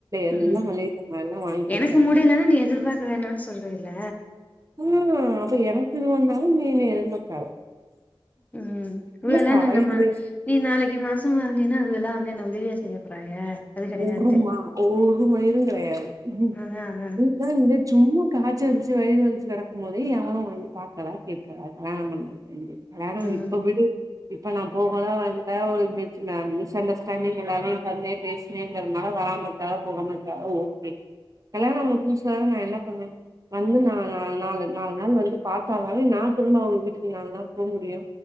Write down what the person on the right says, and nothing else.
எல்லா
மளிக ஜாமான்லா வாங்கி
வச்சாச்சு
ம் அப்ப எனக்கு இது வந்தாலும் நீ என்ன எதிர்பாக்காத
இல்லக்கா
இது
!!!!!!!!!!!
!
!!!!!!! வச்ச வச்சு வயிறு வலிச்சு கெடக்கு போதே எவளு வந்து பாக்கல கேட்கல வேணான்னு வந்து வேனா
இப்ப விடு இப்ப நா போகல வந்த ஒரு மிஸ் மிஸ் அண்டர்ஸ்டாண்டிங் எல்லாரையு வந்தே பேச அப்படிங்கறனால வராமருக்க போகாமருக்க ஓகே கல்யாண ஆன புதுசுல நா என்ன பண்ணே வந்து நா நாலு நாளு நாலு நாள் வந்து பாத்தா தான நா திரும்ப அவுங்க வீட்டுக்கு நாலு நாள் போக முடியு